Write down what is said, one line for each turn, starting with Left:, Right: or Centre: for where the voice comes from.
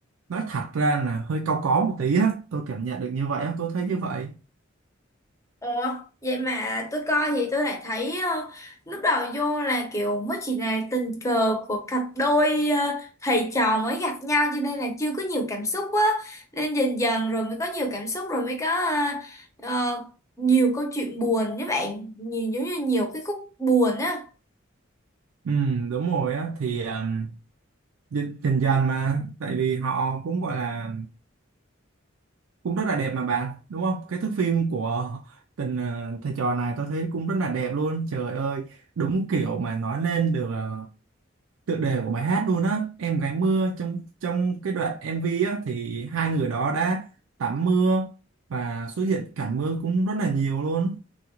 Right: nói thật ra là hơi cau có một tí á tôi cảm nhận được như vậy á tôi thấy như vậy
Left: Ủa, vậy mà tôi coi thì tôi lại thấy ờ, lúc đầu vô là kiểu mới chỉ là tình cờ của cặp đôi ờ, thầy trò mới gặp nhau cho nên là chưa có nhiều cảm xúc á. Nên dần dần rồi mới có nhiều cảm xúc rồi mới có ờ, ờ, nhiều câu chuyện buồn với bạn. Nhiều giống như nhiều cái khúc buồn á.
Right: Ừm, đúng rồi á thì um, dần dần dần mà tại vì họ cũng gọi là cũng rất là đẹp mà bạn đúng không cái thước phim của tình ờ, thầy trò này tôi thấy cũng rất là đẹp luôn trời ơi đúng kiểu mà nói lên được ờ, tựa đề của bài hát luôn á em gái mưa trong trong cái đoạn MV á thì hai người đó đã tắm mưa và xuất hiện cảnh mưa cũng rất là nhiều luôn